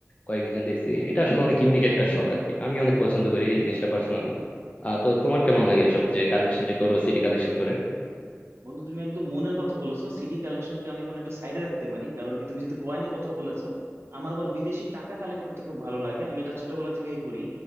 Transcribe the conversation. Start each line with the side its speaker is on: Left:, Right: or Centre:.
Left: কয়েকজন দেখছি এটা আসলে অনেক ইউনিক একটা শখ আর কি আমি অনেক পছন্দ করি এই জিনিসটা পার্সোনালি আহ তো তোমার কেমন লাগে এসব যে কালেকশন যে করো সিডি কালেকশন করে
Right: বন্ধু তুমি একদম মনের কথা বলেছো সিডি কালেকশনকে আমি এখন একটু সাইডে রাখতে পারি কারণ কি তুমি যেহেতু কয়েনের কথা বলেছো আমার আবার বিদেশি টাকা কালেক্ট করতে খুব ভালো লাগে আমি এটা ছোটবেলা থেকেই করি